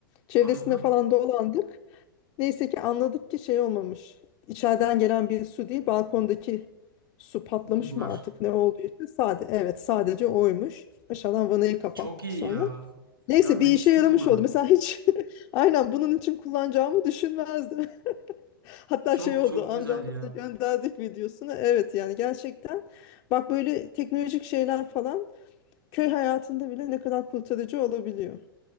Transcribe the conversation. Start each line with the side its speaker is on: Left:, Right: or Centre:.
Left: Çevresinde
Right: Aha.
Left: falan dolandık. Neyse ki anladık ki şey olmamış. İçeriden gelen bir su değil balkondaki su patlamış
Right: Buldular.
Left: mı artık ne olduysa sadece evet sadece oymuş. Aşağıdan vanayı kapattık
Right: Çok iyi
Left: sonra.
Right: ya.
Left: Neyse
Right: Ya müthiş
Left: bir işe yaramış
Right: bir kullanım.
Left: oldu. Mesela hiç <laughs> aynen bunun için kullanacağımı düşünmezdim. <laughs> Hatta
Right: Çok
Left: şey oldu
Right: çok
Left: amcamla
Right: güzel ya.
Left: da gönderdik videosunu. Evet yani gerçekten bak böyle teknolojik şeyler falan köy hayatında bile ne kadar kurtarıcı olabiliyor.